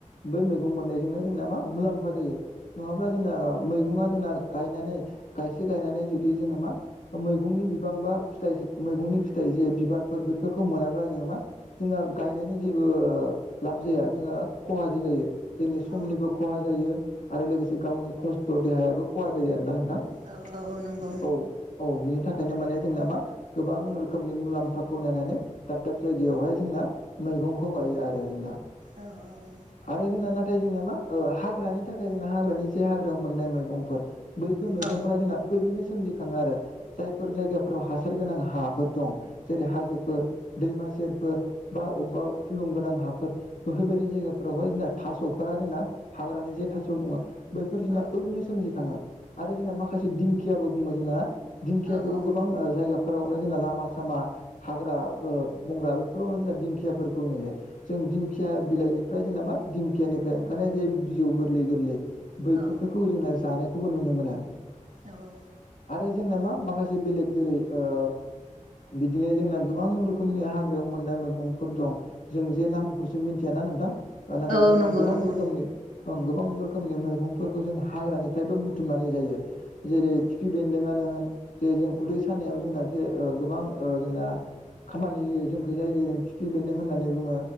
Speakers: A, on the left; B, on the right.
A: बै मैगं मोननायजोंनो जोंना मा मुलाम्फा जायो नङाब्ला जोंना मैगङा जोंना गायनानै गायसे गायनानै जुदि जोङो मा मैगंनि बिबां बा फिथ मैगंनि फिथाइ जे बिबारफोर बेफोरखौ मोनाब्ला जोङो मा जोंहा गायनायनि जेबो लाब जाया जोंहा खहासो जायो जोंनि समनिबो
B: औ
A: खहा जायो आरो लोगोसे गावनि खस्थ देहायाबो खहा जायो आरोना नोंथां
B: औ औ नंगौ
A: औ औ बिनि थाखायनो माने जोंना मा गोबां रोखोमनि मुलाम्फाखौ नायनानै दाब दाब जायगायावहाय जोंना मैगंखौ गायो आरो जोंना
B: औ औ औ
A: आरो जोंना नाथाय जोंना मा ओ हाग्रानि थाखाय जोंना हाग्रानि जे हाग्रायाव मोननाय मैगंफोर बैफोर मैगंफोरा
B: औ
A: जोंना ओरैनो सोमजिखाङो आरो जायफोर जायगाफोराव हासार गोनां हा फोर दं जेरै हाजोफोर दैमा सेरफोर बा अबेबा फुलुंगोनां हाफोर बेफोरबायदि जायगाफोरावहाय जोंना थास'फोरा जोंना हाग्रानि जे थास' बुङो बैफोर जोंना
B: औ
A: ओरैनो सोमजिखाङो आरो जोंना माखासे दिंखियाबो बुङो जोंना दिंखियाखौबो
B: औ औ
A: गोबां ओ जायगाफोरावनो जोंना लामा सामा हाग्रा बो बंग्रा बेफोरावनो जोंना दिंखियाफोरखौ नुयो जों दिंखिया बिलाइनि फ्राय जोंना मा दिंखियानिफ्राय ओंखायनो जे बिजौ गोरलै गोरलै बैखफोरखौ
B: औ
A: जों जानाय बे खौबो नुनो मोना।
B: औ
A: आरो जोंना मा माखासे बेलेग जेरै ओ बिदिनो जोंना गोबां रोखोमनि हाग्रायाव मोननाय मैगंफोर दं। जों जे नामखौसो मिथियाना नोंथां नाथाय
B: औ औ
A: जों
B: नंगौ
A: गोबां
B: नंगौ
A: रोखोमनि ओं गोबां रोखोमनि मैगंफोरखौ जों हाग्रानिफ्रायबो बुथुमनानै जायो जेरै
B: औ
A: खिफ बेन्दोंआनो होन जे जों उदै सानायाव जोंना जे ओ गोबां ओ जोंना। खामानि होयो जोंखै जाय जाय जों खिफि बेन्दों होननानै बुङो।